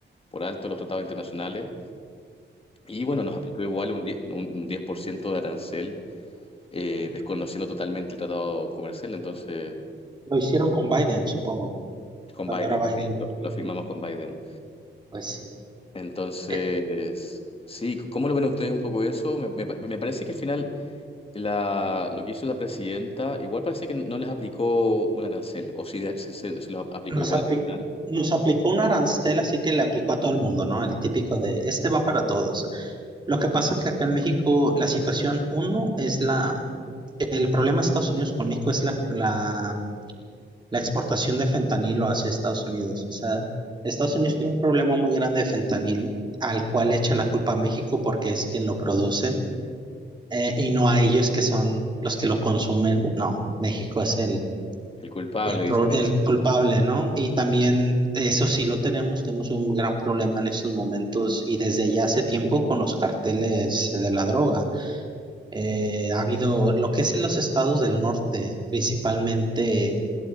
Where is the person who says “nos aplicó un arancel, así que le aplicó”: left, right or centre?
Right